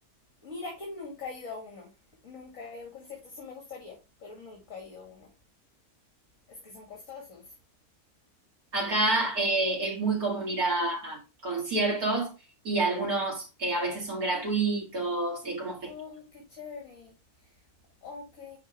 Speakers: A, on the left; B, on the right.
A: Mira que nunca he ido a uno. Nunca he ido a un concierto, sí me gustaría, pero nunca he ido a uno. Es que son costosos.
B: Acá eh, es muy común ir a, a conciertos y algunos eh, a veces son gratuitos, eh, como festivales.
A: Oh, qué chévere. Ok.